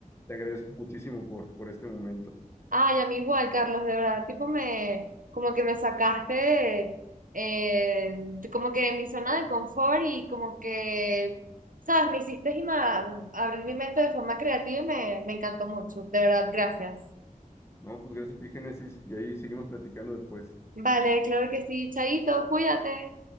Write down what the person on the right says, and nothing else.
Ay, a mí igual, Carlos, de verdad, tipo me, como que me sacaste, eh, como que de mi zona de confort y como que, sabes, me hiciste ima- abrir mi mente de forma creativa y me, me encantó mucho, de verdad, gracias.
Vale, claro que sí, Chaito, cuídate.